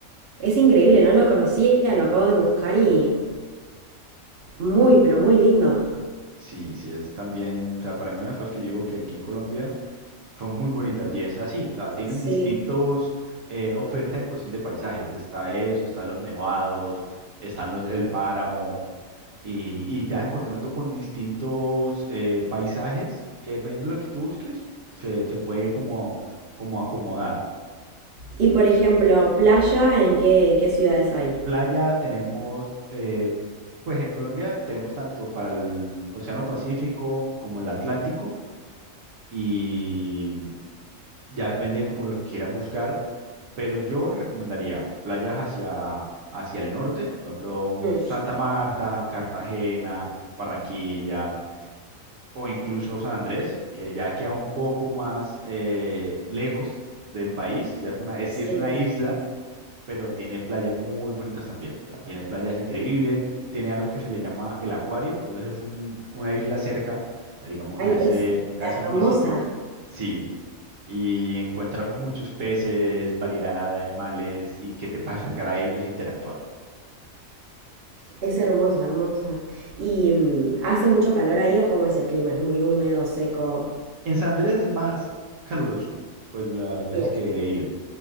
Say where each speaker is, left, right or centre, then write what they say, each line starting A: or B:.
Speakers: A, on the right; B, on the right.
A: es increíble, no lo conocía, lo acabo de buscar y muy, pero muy lindo.
B: Sí, sí, es también, o sea, para mí una de las cosas que yo digo que aquí en Colombia Son muy bonitas y es así, o sea, tienen
A: Sí.
B: distintos eh, ofertas en cuestión de paisajes. Está eso, están los nevados, están los, el páramo y, y te vas encontrando con distintos eh, paisajes que depende de lo que tú busques, se, se puede como, como acomodar.
A: Y por ejemplo, playa, ¿en qué, en qué ciudades hay?
B: Playa tenemos, eh, pues en Colombia tenemos tanto para el Océano Pacífico como el Atlántico y ya depende como lo que quieras buscar Pero yo recomendaría playas hacia, hacia el norte, por ejemplo, un
A: Mm,
B: Santa Marta, Cartagena, Barranquilla o incluso San Andrés, que ya queda un poco más eh, lejos del país. Ya es una, es,
A: sí.
B: sí es una isla, pero tiene playas muy bonitas también. O sea, tiene playas increíbles, tiene algo que se le llama el acuario, entonces es un- una isla cerca, eh, digamos,
A: Ay,
B: a ese,
A: es
B: a ese municipio.
A: hermosa,
B: Sí, y encuentras muchos peces, variedad de animales y que te puedes acercar a ellos e interactuar.
A: es hermosa, hermosa. ¿Y mm, hace mucho calor ahí o cómo es el clima? ¿Es muy húmedo, seco?
B: En San Andrés es más caluroso, pues las veces
A: Bien,
B: que he ido.